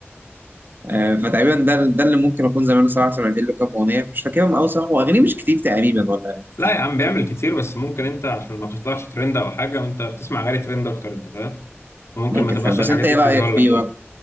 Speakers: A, on the right; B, on the left.
A: آه، فتقريبا ده ده اللي ممكن اكون زمان صراحه سمعت له كام اغنيه مش فاكرهم قوي صراحه واغانيه مش كتير تقريبا ولا أغاني
B: لا
A: كتير
B: يا عم بيعمل كتير بس ممكن انت عشان ما تطلعش ترند او حاجه وانت بتسمع غير ترند اكتر انت فاهم فممكن
A: ممكن
B: ما تبقاش
A: فعلا بس
B: الحاجات
A: انت ايه
B: دي بتظهر
A: رايك فيه
B: لك يعني
A: برضه؟